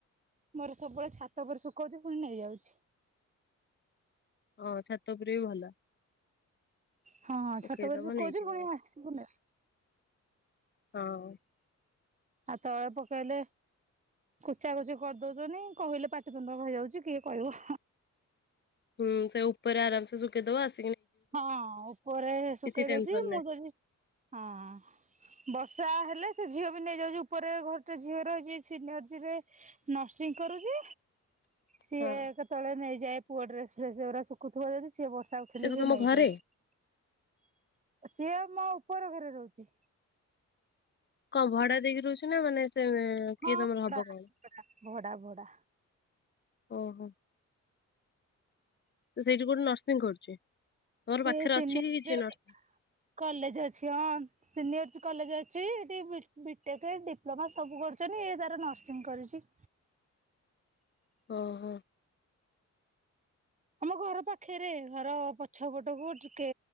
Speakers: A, on the right; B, on the left.
A: ମୋର ସବୁବେଳେ ଛାତ ପରେ ଶୁଖଉଛି ପୁଣି ନେଇଯାଉଛି।
B: ହଁ ଛାତ ଉପରେ ବି ଭଲ।
A: ହଁ ହଁ
B: ଶୁଖେଇଦବ
A: ଛାତ ଉପରେ ସୁଖଉଚି
B: ନେଇଯିବ
A: ପୁଣି ଆସିକି ନେ
B: ହଁ।
A: ଆଉ ତଳେ ପକେଇଲେ। କୁଚା କଚି କରିଦଉଛନି କହିଲେ ପାଟିିତୁଣ୍ଡ କ ହେଇଯାଉଛି କିଏ କହିବ।
B: ହୁଁ ସେ ଉପରେ ଆରାମସେ ଶୁଖେଇଦବ ଆସ
A: ହଁ ଉପରେ ଶୁଖେଇ
B: କିଛି ଟେନସନ
A: ଦଉଛି
B: ନାହିଁ।
A: ମୁଁ ଯଦି, ହଁ ବର୍ଷା ହେଲେ ସେ ଝିଅ ବି ନେଇଯାଉଛି ଉପରେ ଘରଟେ ଝିଅ ରହିଛି ସେ ନଝିରେ ନର୍ସିଂ କରୁଚି। ସିଏ
B: ହଁ
A: କେତେବେଳେ ନେଇଯାଏ ପୁଅ ଡ୍ରେସ ଫ୍ରେସ୍ ଗୁଡା ଶୁଖୁଥିବ ଯଦି ସିଏ ବର୍ଷା ଥିଲେ
B: କଣ
A: ସେ
B: ତମ
A: ନେଇଯାଏ
B: ଘରେ?
A: ସିଏ ମୋ ଉପର ଘରେ ରହୁଚି।
B: କଣ ଭଡା ଦେଇକି ରହୁଚି ନା ମାନେ ସେ କିଏ
A: ହଁ
B: ତମର ହବ
A: ଭଡା
B: କଣ।
A: ଭଡା ଭଡା
B: ଓହୋ। ତ ସେଇଠି ଗୋଟେ ନର୍ସିଂ କରୁଛି ତୋର
A: ସିଏ
B: ପାଖରେ
A: ସିନିୟର
B: ଅଛି କି କିଛି ନର୍ସିଂ।
A: କଲେଜ ଅଛି ହଁ ସିନିୟର୍ କଲେଜ ଅଛି ଏଠି ବିଟେକ୍ ଡିପ୍ଲୋମା ସବୁ କରୁଛନ୍ତି ଏ ତାର ନର୍ସିଂ କରୁଚି।
B: ଓହୋ।
A: ଆମ ଘର ପାଖରେ ଘର ପଛ ପଟକୁ ଟିକେ